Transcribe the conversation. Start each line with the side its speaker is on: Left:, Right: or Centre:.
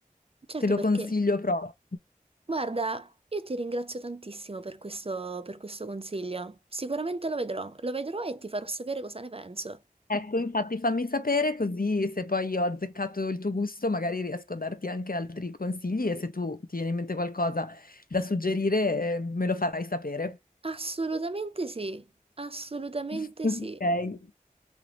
Right: certo
Left: Te lo
Right: perché...
Left: consiglio proprio.
Right: Guarda, io ti ringrazio tantissimo per questo, per questo consiglio. Sicuramente lo vedrò, lo vedrò e ti farò sapere cosa ne penso.
Left: Ecco, infatti fammi sapere così se poi ho azzeccato il tuo gusto, magari riesco a darti anche altri consigli e se tu ti viene in mente qualcosa da suggerire, eh, me lo farai sapere.
Right: Assolutamente sì, assolutamente
Left: <laughs> Ok.
Right: sì.